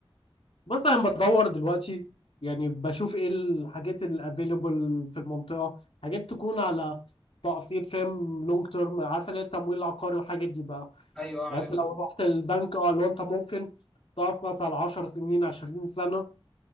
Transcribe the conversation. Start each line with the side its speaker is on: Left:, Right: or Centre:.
Left: بس أنا بدور دلوقتي يعني بشوف إيه الحاجات الأفيلبل في المنطقة حاجات تكون على تقسيط فاهم لونج تيرم عارفة اللي هي التمويل العقاري والحاجات دي بقى
Centre: أيوه آه،
Left: يعني
Centre: عارفها
Left: أنت لو رحت البنك أه لو أنت ممكن تقسط على 10 سنين 20 سنة